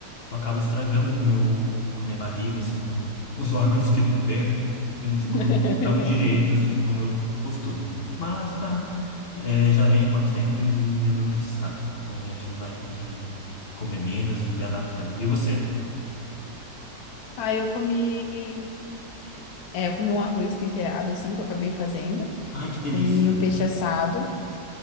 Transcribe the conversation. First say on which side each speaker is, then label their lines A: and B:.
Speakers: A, on the left; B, on the left.
A: eu acabo estragando com o meu, com a minha barriga, assim, com <laughs> os órgãos que estão dentro. Eu não consigo
B: <laughs>
A: comer tão direito, assim, como eu costumo. Mas tá, é, já vem acontecendo e a Nutri sabe. Então a gente vai ter que comer menos e ir adaptando. E você?
B: Ah, eu comi, é, eu comi um arroz temperado, assim, que eu acabei fazendo.
A: Ai, que delícia.
B: Comi um peixe assado.